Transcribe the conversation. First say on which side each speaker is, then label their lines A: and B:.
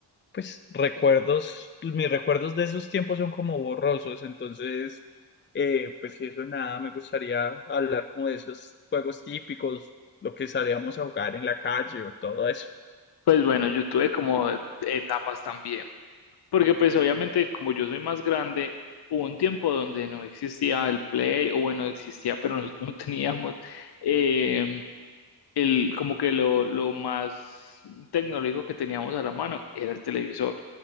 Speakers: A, on the left; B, on the left.
A: pues, recuerdos, mis recuerdos de esos tiempos son como borrosos, entonces, eh, pues, si eso nada, me gustaría hablar como de esos juegos típicos, lo que salíamos a jugar en la calle o todo eso.
B: Pues bueno, yo tuve como etapas también, porque pues obviamente como yo soy más grande, hubo un tiempo donde no existía el Play, o bueno, existía, pero nosotros no <laughs> teníamos eh, el, como que lo, lo más tecnológico que teníamos a la mano era el televisor.